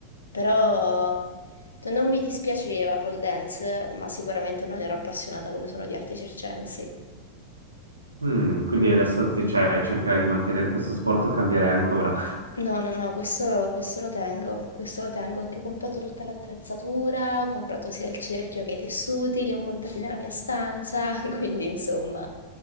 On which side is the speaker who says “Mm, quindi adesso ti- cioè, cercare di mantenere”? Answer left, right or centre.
Right